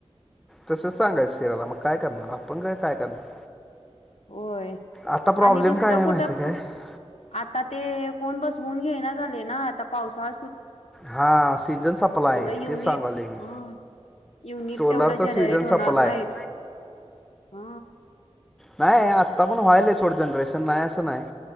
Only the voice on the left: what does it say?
होय
आणि दुसरं
कुठं
प
आता ते कोण बसवून घेना झाले ना, आता पाऊसाळा
युनिट
हा युनिट
तेवढं जनरेट
होणार
नाहीत
ह.